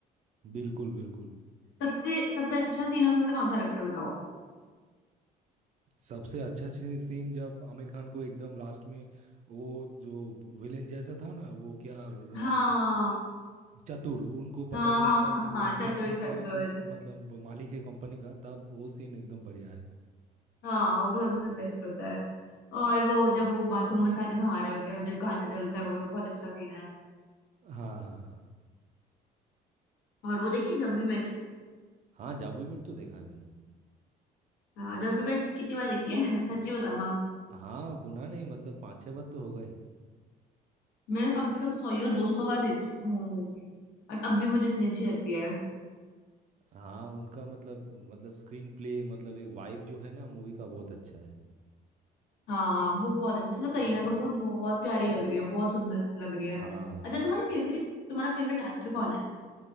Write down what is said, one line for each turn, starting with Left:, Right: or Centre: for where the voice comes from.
Right: बिल्कुल बिल्कुल
Left: सबसे सबसे अच्छा सीन उसमें से कौन सा लगता है बताओ
Right: सबसे अच्छा सी- सीन जब आमिर खान को एकदम लास्ट में वो जो विलेन जैसा था ना वो क्या र-
Left: हाँ
Right: चतुर उनको
Left: हाँ
Right: पता चलता
Left: हाँ
Right: है
Left: हाँ
Right: कि
Left: हाँ
Right: वो आमिर
Left: चतुर
Right: खान
Left: चतुर
Right: की उन- मतलब मालिक है कंपनी का तब वो सीन एकदम बढ़िया है
Left: हाँ वो सबसे बेस्ट होता है और वो जब वो बाथरूम में सारे नहा रहे होते हैं और जब गाना चलता है वो भी बहुत अच्छा सीन है
Right: हाँ हाँ हाँ
Left: और वो देखिए जब भी मेट
Right: हाँ जादू में तो देखा है मैंने
Left: हाँ, जब भी मेट कितनी बार देखी है <laughs> सच्ची बताना
Right: हाँ गुना नहीं मतलब पाँच छह बार तो होगा ही
Left: मैं कम से कम सौ या दो सौ बार देख चुकी हूँ मूवी और अब भी मुझे इतनी अच्छी लगती है
Right: हाँ उनका मतलब मतलब स्क्रीन प्ले मतलब एक वाइब जो है ना मूवी का बहुत अच्छा है
Left: हाँ वो बहुत अच्छी जिसमें करीना कपूर बहुत प्यारी लग रही है बहुत सुंदर लग रही है
Right: हाँ
Left: अच्छा तुम्हारी फेवरेट तुम्हारा फेवरेट एक्टर कौन है